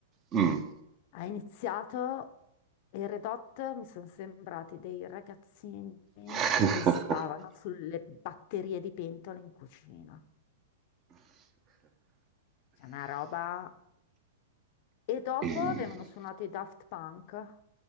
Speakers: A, on the right (about 30°); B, on the left (about 50°).
A: mm.
B: Ha iniziato e i Redot mi sono sembrati dei ragazzini
A: <laughs>
B: che pestavano sulle batterie di pentole in cucina. C'è una roba. E dopo
A: Mm,
B: avevano suonato i Daft Punk.